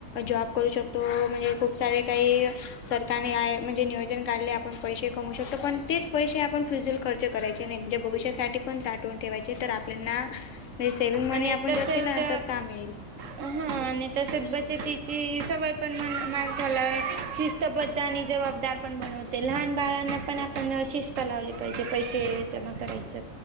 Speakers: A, on the left; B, on the right.
A: जॉब करू शकतो म्हणजे खूप सारे काही सरकारने आहे म्हणजे नियोजन काढले आ पण पैसे कमवु शकतो पण तेच पैसे आपण फिजुल खर्च करायचे नाही म्हणजे भविष्यासाठी पण साठवून ठेवायचे तर आपल्याना म्हणजे सेव्हंग मनी
B: आणि
A: आपण
B: तसंच
A: जर केलं ना तर कामी येईल.
B: हा आणि तसेच बचतीची सवय पण मा माणसाला शिस्त स्तबद्ध आणि जबाबदार पण बनवते लहान बाळांना पण आपण शिस्त लावली पाहिजे पैसे जमा करायच